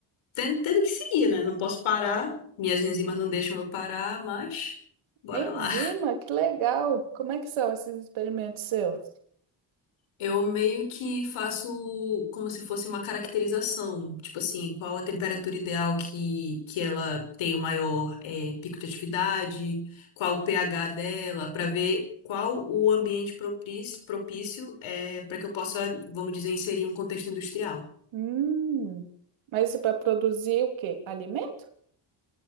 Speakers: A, on the left; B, on the right.
A: tendo, tendo que seguir, né? Não posso parar, minhas enzimas não deixam eu parar, mas bora
B: Enzima,
A: lá.
B: que legal. Como é que são esses experimentos seus?
A: Eu meio que faço como se fosse uma caracterização, tipo assim, qual a temperatura ideal que, que ela tem o maior eh, pico de atividade, qual o pH dela, para ver qual o ambiente propício, propício é para que eu possa, vamos dizer, inserir um contexto industrial.
B: Hum, Mas isso para produzir o quê? Alimento?